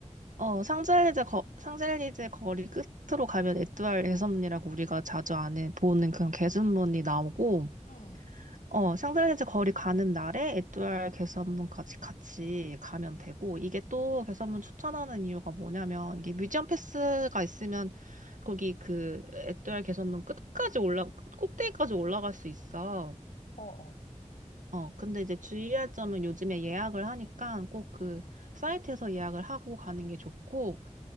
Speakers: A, on the right; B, on the left.
A: 어, 상젤리제 거, 상젤리제 거리 끝으로 가면 에뚜알 개선문이라고 우리가 자주 안에 보는 그런 개선문이 나오고,
B: 응,
A: 어, 상젤리제 거리 가는 날에 에뚜알 개선문까지 같이 가면 되고, 이게 또 개선문 추천하는 이유가 뭐냐면, 이게 뮤지엄 패스가 있으면 거기 그 에뚜알 개선문 끝까지 올라, 꼭대기까지 올라갈 수 있어.
B: 어, 어.
A: 어, 근데 이제 주의할 점은 요즘에 예약을 하니까 꼭 그 사이트에서 예약을 하고 가는 게 좋고,